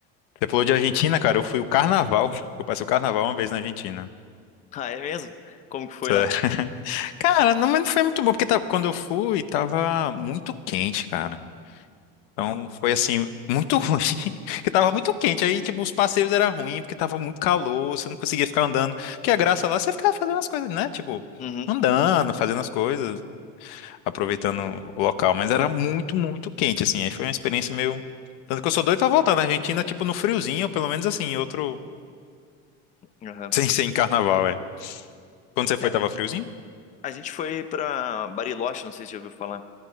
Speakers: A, on the left; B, on the left.
A: Você falou de Argentina, cara. Eu fui o carnaval. <laughs> Eu passei o carnaval uma vez na Argentina.
B: <laughs> Ah, é mesmo? Como que foi
A: Sério.
B: lá?
A: Cara, não, mas não foi muito bom, porque tava- quando eu fui, tava muito quente, cara. Então foi assim, muito <laughs> ruim, porque tava muito quente. Aí, tipo, os passeios eram ruins, porque tava muito calor, você não conseguia ficar andando. Porque a graça lá, você ficava fazendo as coisas, né? Tipo,
B: Uhum,
A: andando, fazendo as coisas, aproveitando o local. Mas era muito, muito quente, assim. Aí foi uma experiência meio. Tanto que eu sou doido pra voltar na Argentina, tipo, no friozinho, ou pelo menos assim, em outro. <laughs>
B: aham.
A: Sem ser em carnaval, é. Quando você foi,
B: É,
A: tava friozinho?
B: a gente foi pra Bariloche, não sei se já ouviu falar.